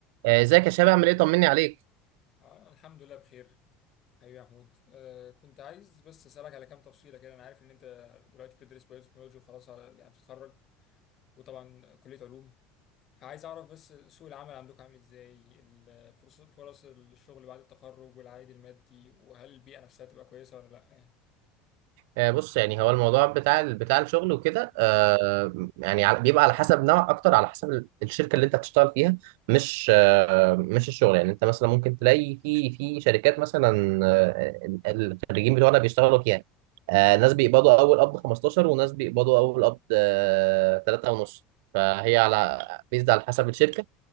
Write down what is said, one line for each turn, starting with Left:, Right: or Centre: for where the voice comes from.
Right: آه، ازيك يا شباب عامل ايه طمني عليك
Left: آه الحمد لله بخير حبيبي يا محمود آه كنت عايز بس اسالك على كام تفصيله كده انا عارف ان انت دلوقتي بتدرس بايوتكنولوجي وخلاص على يعني بتتخرج وطبعا كليه علوم فعايز اعرف بس سوق العمل عندكم عامل ازاي الفرص فرص الشغل بعد التخرج والعائد المادي وهل البيئه نفسها تبقى كويسه ولا لا يعني
Right: آه، بص يعني هو الموضوع بتاع ال- بتاع الشغل وكده آه، يعني على- بيبقى على حسب نوع اكتر على حسب ال- الشركه اللي انت هتشتغل فيها مش آه، مش الشغل يعني انت مثلا ممكن تلاقي في في شركات مثلا آه، ال- الخريجين بتوعنا بيشتغلوا فيها آه، ناس بيقبضوا اول قبض 15 وناس بيقبضوا اول قبض 3 ونص فهي على بيزد على حسب الشركه